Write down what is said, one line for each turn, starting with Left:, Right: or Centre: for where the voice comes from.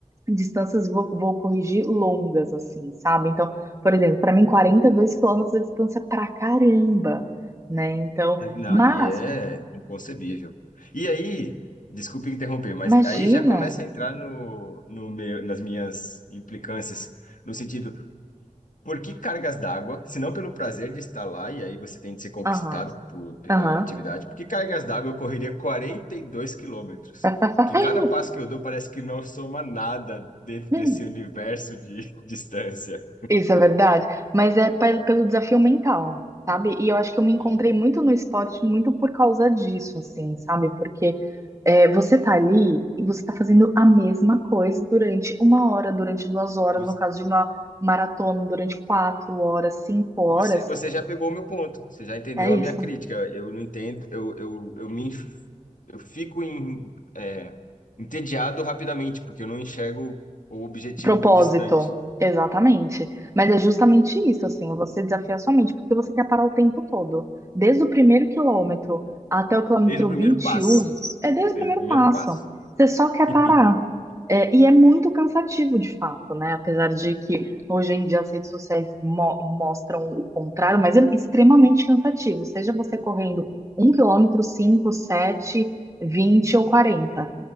Right: distâncias, vou, vou corrigir, longas, assim, sabe? Então, por exemplo, para mim, quarenta
Left: sim."
Right: e dois quilômetros é distância pra caramba, né? Então.
Left: Não,
Right: Mas
Left: e é inconcebível. E aí, desculpe interromper, mas
Right: Imagina.
Left: aí já começa a entrar no, no meu, nas minhas implicâncias, no sentido. Por que cargas d'água? Se não pelo prazer de estar lá, e aí você tem de ser conquistado
Right: Aham,
Left: por- pela
Right: aham.
Left: atividade, por que cargas d'água eu correria 42 quilômetros?
Right: <clears throat>
Left: Que cada passo que eu dou parece que não soma nada dentro
Right: <laughs>
Left: desse universo de <laughs> distância.
Right: Isso é verdade. Mas é pe- pelo desafio mental, sabe? E eu acho que eu me encontrei
Left: Sim.
Right: muito no esporte, muito por causa disso, assim, sabe? Porque é, você tá ali e você tá fazendo a mesma coisa durante uma hora, durante duas horas,
Left: Os-
Right: no caso de uma maratona, durante quatro horas, cinco horas.
Left: Você, você já pegou o meu ponto, você já entendeu
Right: É isso.
Left: a minha crítica. Eu não entendo, eu, eu, eu me, enf- eu fico em, é, entediado rapidamente, porque eu não enxergo o objetivo
Right: Propósito,
Left: distante.
Right: exatamente. Mas é justamente isso, assim, você desafiar sua mente, porque você quer parar o tempo todo. Desde o primeiro quilômetro até o quilômetro
Left: Desde o primeiro
Right: vinte
Left: passo,
Right: e um é desde o
Left: desde
Right: primeiro
Left: o primeiro
Right: passo.
Left: passo.
Right: Você só quer
Left: <laughs>
Right: parar. É, e é muito cansativo, de fato, né? Apesar de que hoje em dia as redes sociais mo- mostram o contrário, mas é extremamente cansativo. Seja você correndo um quilômetro, cinco, sete, vinte ou quarenta